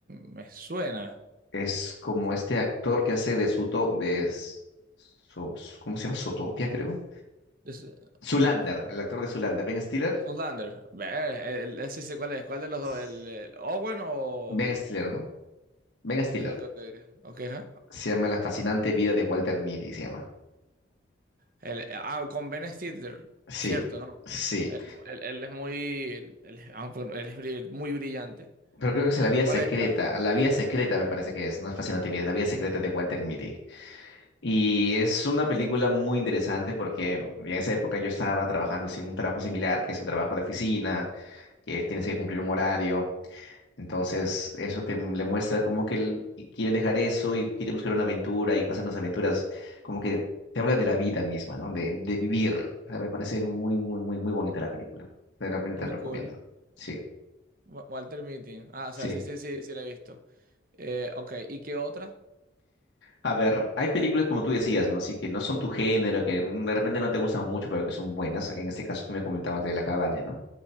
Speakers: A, on the right (about 45°); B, on the left (about 65°).
A: me suena.
B: es como este actor que hace de Suto, de, S- So- ¿cómo se llama? Zootopia, creo.
A: Es- eh,
B: Zoolander,
A: ok.
B: el actor de Zoolander, Ben Stiller.
A: Zoolander. Ver, el- ese sé cuál es. ¿Cuál de los
B: S-
A: dos? ¿El, el Owen o...?
B: Ben Stiller, ¿no? Ben
A: Ok,
B: Stiller.
A: ok, ok. ok, ajá.
B: Se llama La fascinante vida de Walter Mitty, se llama.
A: El- eh, ah, con Ben Stiller.
B: Sí,
A: Cierto, ¿no?
B: sí.
A: Él, es él- él es muy... Él, él es aunque no- él es bri- muy brillante.
B: Pero creo que es
A: Aunque
B: La vida
A: no parezca.
B: secreta, La vida secreta me parece que es, no es fascinante vida, es La vida secreta de Walter Mitty. Y es una película muy interesante porque en esa época yo estaba trabajando sin un trabajo similar, que es un trabajo de oficina, que tienes que cumplir un horario. Entonces, eso te m- le muestra como que él quiere dejar eso y quiere buscar una aventura y pasar unas aventuras, como que te habla de la vida misma, ¿no? De, de vivir. O sea, me parece muy, muy, muy, muy bonita la película. Realmente
A: Muy
B: te la recomiendo.
A: cool.
B: Sí,
A: Wa- Walter Mitty. Ah, o sea,
B: sí.
A: sí, sí, sí, sí la he visto. Eh, ok, ¿y qué otra?
B: A ver, hay películas como tú decías, ¿no? Así que no son tu género, que mm, de repente no te gustan
A: Ujú.
B: mucho, pero que son buenas. En este caso tú me comentabas de La cabaña, ¿no?